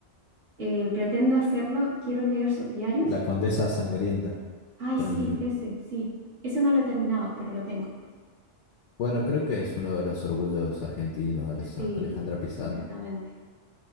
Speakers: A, on the right; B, on the left.
A: eh, pretendo hacerlo. Quiero leer sus diarios
B: La Condesa Sangrienta,
A: Ay,
B: gran
A: sí,
B: libro.
A: ese, sí. Ese no lo he terminado, pero lo tengo.
B: Bueno, creo que es uno de los orgullos argentinos, Alesa-
A: Sí,
B: Alejandra Pizarnik.
A: completamente.